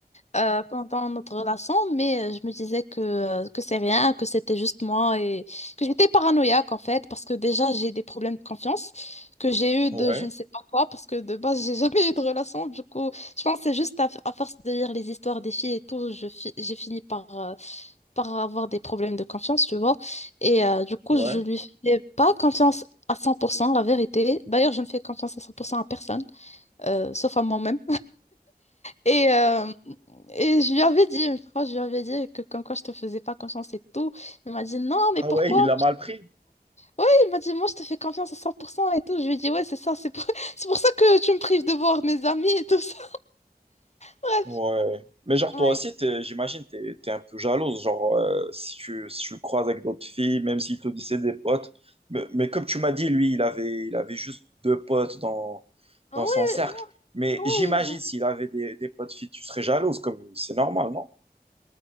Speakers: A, on the left (about 45°); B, on the right (about 35°).
A: euh, pendant notre relation, mais euh, je me disais que, euh, que c'est rien, que c'était juste moi et que j'étais paranoïaque en fait, parce que déjà j'ai des problèmes de confiance que j'ai eu de
B: Ouais,
A: je ne sais pas quoi, parce que de base j'ai <laughs> jamais eu de relation. Du coup, je pense que c'est juste à, à force de lire les histoires des filles et tout, je fi- j'ai fini par, euh, par avoir des problèmes de confiance, tu vois. Et euh, du coup,
B: ouais.
A: je lui faisais pas confiance à 100%, la vérité. D'ailleurs, je ne fais confiance à 100% à personne euh, sauf à moi-même. Et, euh, et je lui avais dit, une fois, je lui avais dit que comme quoi je te faisais pas confiance et tout. Il m'a dit, non, mais
B: Ah
A: pourquoi?
B: ouais, il l'a mal pris.
A: Oui, il m'a dit, moi, je te fais confiance à 100% et tout. Je lui ai dit, ouais, c'est ça, c'est pour... <laughs> c'est pour ça que tu me prives de voir mes amis et tout ça. <laughs> Bref,
B: Ouais. Mais genre,
A: ouais.
B: toi aussi, t'es- j'imagine, t'es, t'es un peu jalouse. Genre, euh, si tu, si tu le croises avec d'autres filles, même s'il te dit c'est des potes. Mais, mais comme tu m'as dit, lui, il avait, il avait juste deux potes dans,
A: Ouais,
B: dans son cercle.
A: moi-
B: Mais j'imagine,
A: ouais,
B: s'il avait des, des potes filles, tu serais jalouse, comme lui. C'est normal, non?